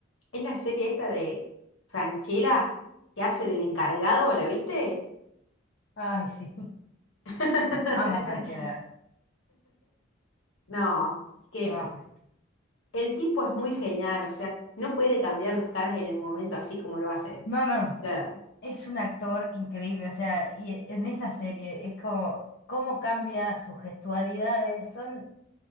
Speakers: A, on the left; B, on the left.
A: es la serie esta de Franchella, que hace del encargado, ¿la viste?
B: Ay, sí.
A: <laughs>
B: Amo a Franchella,
A: No, es que
B: no sé.
A: El tipo es muy genial, o sea, no puede cambiar las caras en el momento así como lo hace.
B: No, no, no.
A: O sea,
B: Es un actor increíble, o sea, y e- en esa serie es como cómo cambia sus gestualidades, son